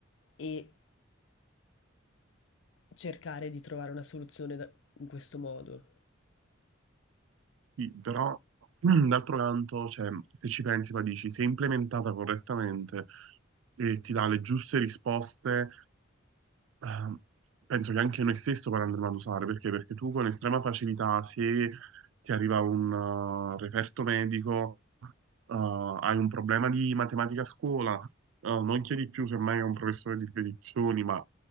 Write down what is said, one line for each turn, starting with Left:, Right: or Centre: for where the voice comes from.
Left: e cercare di trovare una soluzione da- in questo modo.
Right: Sì, però <clears throat> mm, d'altro canto, cioè, se ci pensi, poi dici, se implementata correttamente e ti dà le giuste risposte, eh, penso che anche noi stesso poi andremo ad usare, perché? Perché tu con estrema facilità, se ti arriva un eh, referto medico, eh, hai un problema di matematica a scuola, eh, non chiedi più semmai a un professore di spedizioni, ma